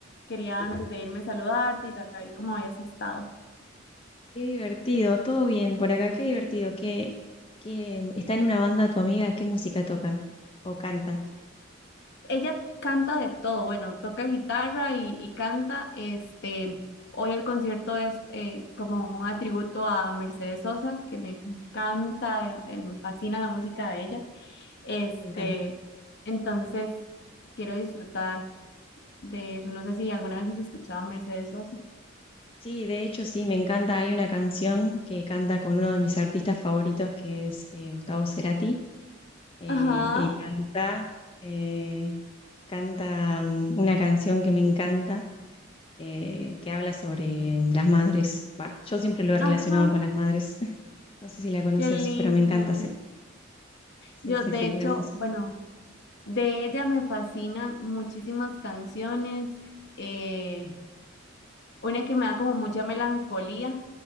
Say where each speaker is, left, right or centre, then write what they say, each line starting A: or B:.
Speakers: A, on the left (about 60°); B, on the left (about 30°).
A: quería antes de irme saludarte y saber cómo habías estado.
B: Qué divertido, todo bien por acá, qué divertido. ¿Qué, qué- está en una banda tu amiga? ¿Qué música toca? ¿O canta?
A: Ella canta de todo, bueno, toca guitarra y, y canta. Este, hoy el concierto es eh, como un atributo a Mercedes Sosa, que me encanta, eh, eh, me fascina la música de ella. Este,
B: Me encanta.
A: entonces quiero disfrutar de eso. No sé si alguna vez has escuchado a Mercedes Sosa.
B: Sí, de hecho sí, me encanta. Hay una canción que canta con uno de mis artistas favoritos, que es eh, Gustavo Cerati, eh,
A: Ajá,
B: y canta, eh, canta mm, una canción que me encanta, eh, que habla sobre mm, las madres. Bah, yo siempre lo he relacionado
A: ajá,
B: con las madres. <laughs> No sé si la conoces,
A: qué lindo.
B: pero me encanta. sí. Sí,
A: Yo,
B: sí,
A: de
B: sí,
A: hecho,
B: hermoso.
A: bueno, de ella me fascinan muchísimas canciones. eh, Una que me da como mucha melancolía